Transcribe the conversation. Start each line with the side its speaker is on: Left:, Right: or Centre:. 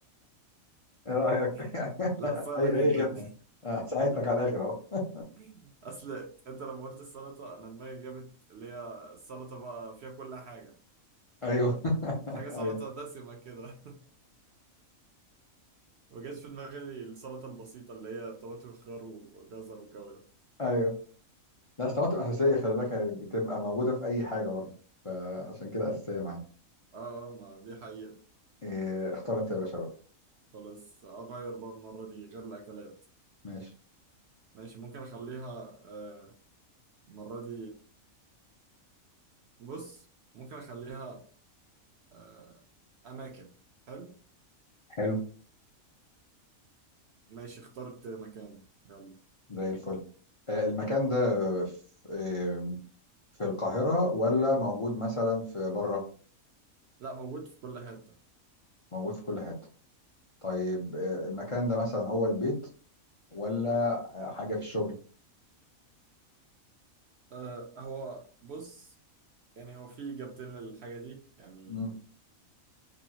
Left: ايه رايك
Right: <laughs>
Left: <laughs>
Right: لا سهلة
Left: اي
Right: جدا
Left: اي خدمه آه، ساعدتك على الاخر اهو
Right: <laughs> أصل أنت لما قلت السلطة أنا دماغي جابت اللي هي السلطة بقى فيها كل حاجة
Left: ايوه
Right: فاهم
Left: <laughs>
Right: حاجة
Left: ايوه
Right: سلطة دسمة كده <laughs> ما جاش في دماغي السلطة البسيطة اللي هي طماطم وخيار وجزر والجو ده
Left: ايوه لا أصل الطماطم اساسيه خلي بالك هي بتبقى موجوده في اي حاجه برضو فعشان كده اساسيه معانا
Right: اه آه، ما دي حقيقة
Left: إيه اختار انت يا باشا بقى
Right: خلاص أغير بقى المرة دي غير الأكلات
Left: ماشي
Right: ماشي ممكن أخليها آه، المرة دي بص ممكن أخليها آه، أماكن حلو
Left: حلو
Right: ماشي اخترت مكان يلا
Left: زي الفل آه، المكان ده في آه، في القاهره ولا موجود مثلا في بره
Right: لا موجود في كل حتة
Left: موجود في كل حته طيب آه، المكان ده مثلا هو البيت ولا حاجة في الشغل
Right: آه، هو بص يعني هو في إجابتين للحاجة دي يعني
Left: مم.